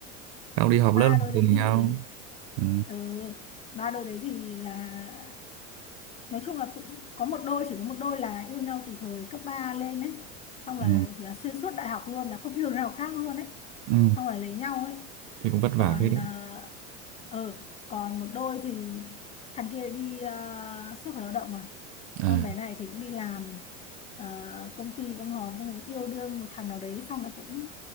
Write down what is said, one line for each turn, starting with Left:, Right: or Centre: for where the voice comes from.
Right: sau đi họp
Left: ba
Right: lớp là
Left: đôi
Right: học
Left: đấy
Right: cùng
Left: thì
Right: nhau ừ.
Left: ừ, ba đôi đấy thì là nói chung là cũng có một đôi chỉ có một đôi là yêu nhau từ thời cấp 3 lên ấy xong
Right: Ừ.
Left: là là xuyên suốt đại học luôn là không yêu đứa nào khác luôn ấy
Right: Ừ.
Left: xong là lấy nhau ấy
Right: thì cũng vất vả
Left: còn
Right: phết đấy
Left: ờ ờ, còn một đôi thì thằng kia đi ờ, xuất khẩu lao động à
Right: à
Left: con bé này thì cũng đi làm ờ, công ty công hòn xong cũng yêu đương một thằng nào đấy xong lại cũng